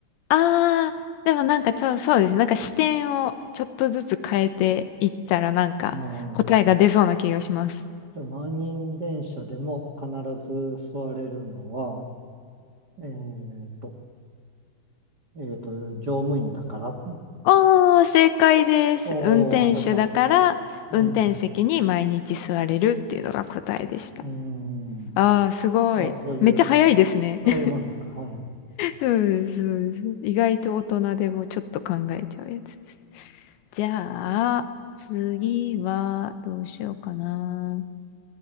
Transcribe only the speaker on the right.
うんじゃあ、満員電車でも必ず座れるのは、えーと、えーと、乗務員だから。
おー、
当たった。うん。
うーん。
あ、そういう、
そういうもんですか。
はい。